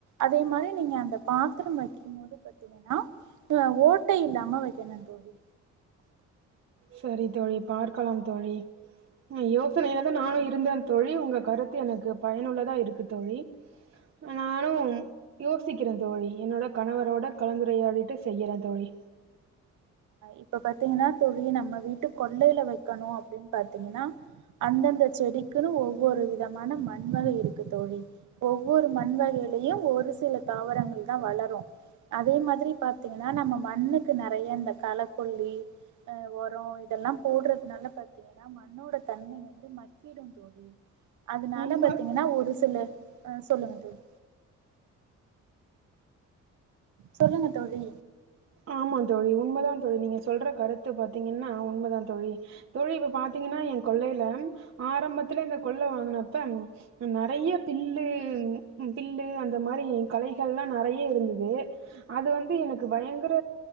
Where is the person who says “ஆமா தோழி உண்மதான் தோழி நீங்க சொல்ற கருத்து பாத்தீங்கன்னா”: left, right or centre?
Right